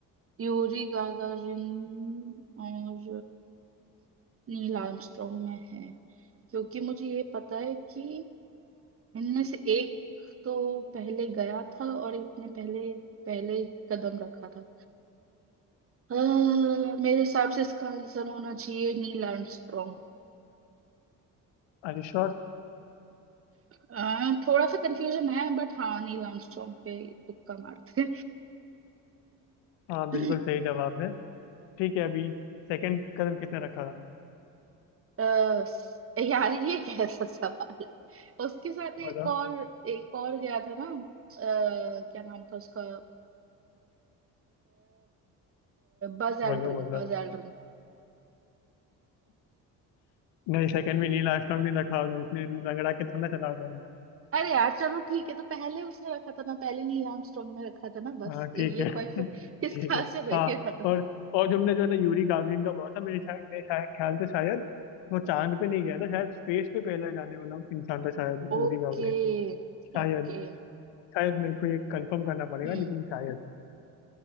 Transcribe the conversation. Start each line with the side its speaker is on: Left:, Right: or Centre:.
Right: यूरी गागारिन और नील आर्मस्ट्रॉन्ग में है क्योंकि मुझे ये पता है कि इनमें से एक तो पहले गया था और एक ने पहले पहले कदम रखा था अह, मेरे हिसाब से इसका आंसर होना चाहिए नील आर्मस्ट्रॉन्ग
Left: अरे श्योर
Right: अह, थोड़ा सा कंफ्यूजन है बट हाँ नील आर्मस्ट्रॉन्ग पे तुक्का मारते
Left: हाँ बिल्कुल
Right: हैं
Left: सही जवाब है ठीक है अभी सेकंड कदम किसने रखा था
Right: अ, यार ये कैसा सवाल है? उसके साथ
Left: बोलो
Right: एक और एक और गया था ना अ, क्या नाम था उसका Buzz Aldrin
Left: बोलो बोलो
Right: Buzz Aldrin
Left: नहीं सेकंड भी नील आर्मस्ट्रॉन्ग ने रखा होगा उसने रगड़ा के थोड़ा चला था
Right: अरे यार चलो ठीक है तो पहले उसने रखा था ना पहले नील आर्मस्ट्रॉन्ग ने रखा था ना बस
Left: हाँ
Right: ये
Left: ठीक है <laughs>
Right: क्वेश्चन
Left: ठीक
Right: इसका आंसर
Left: है
Right: दे
Left: हाँ
Right: दिया था ना।
Left: और और तुमने जो है ना यूरी गागरिन का बोला था मेरे शायद मेरे शायद ख्याल से शायद वो चांद पे नहीं गया था शायद स्पेस पे पहले जाने वाला इंसान था शायद
Right: Okay
Left: यूरी गागरिन शायद
Right: okay
Left: शायद मेरे को ये कंफर्म करना पड़ेगा
Right: हम्म
Left: लेकिन शायद